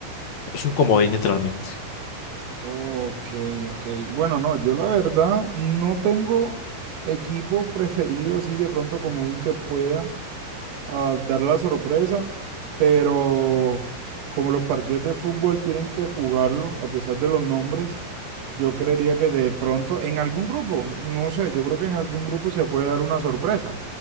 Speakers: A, on the left (about 60°); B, on the right (about 90°).
A: Es un comodín, literalmente.
B: Ok, ok. Bueno, no, yo la verdad no tengo equipo preferido así de pronto comodín que pueda. a dar la sorpresa, pero como los partidos de fútbol tienen que jugarlo, a pesar de los nombres, yo creería que de pronto en algún grupo, no sé, yo creo que en algún grupo se puede dar una sorpresa,